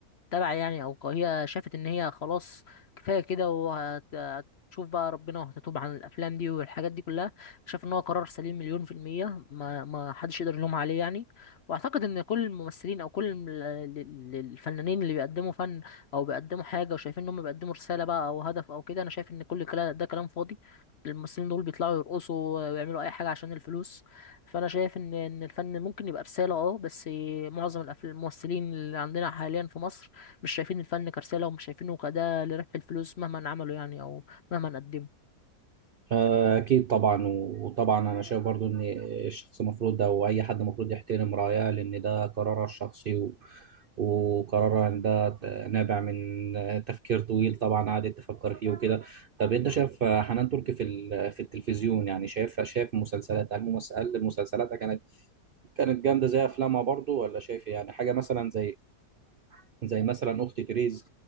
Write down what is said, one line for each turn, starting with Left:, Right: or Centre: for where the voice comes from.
Left: تبع يعني او هي شافت ان هي خلاص كفايه كده وهتشوف بقى ربنا وهتتوب عن الافلام دي والحاجات دي كلها شاف ان هو قرار سليم مليون في الميه ما ما حدش يقدر يلومها عليه يعني واعتقد ان كل الممثلين او كل الم- ال- ال- الفنانين اللي بيقدموا فن او بيقدموا حاجه وشايفين ان هم بيقدموا رساله بقى او هدف او كده انا شايف ان كل كلا ده كلام فاضي الممثلين دول بيطلعوا يرقصوا ويعملوا اي حاجه عشان الفلوس فانا شايف ان ان الفن ممكن يبقى رساله اه بس معظم الأف- الممثلين اللي عندنا حاليا في مصر مش شايفين الفن كرساله ومش شايفينه كده لربح الفلوس مهما عملوا يعني او مهما قدموا
Right: آه، أكيد طبعا وطبعا أنا شايف برضو إن الشخص المفروض أو أي حد المفروض يحترم رأيها لأن ده قرارها الشخصي و... وقرارها إن ده ت- نابع من تفكير طويل طبعا قعدت تفكر فيه وكده طب أنت شايف حنان تركي في ال... في التلفزيون يعني شايف شايف مسلسلات هل ممس- هل مسلسلاتها كانت كانت جامدة زي أفلامها برضو ولا شايف يعني حاجة مثلا زي زي مثلا اخت تريز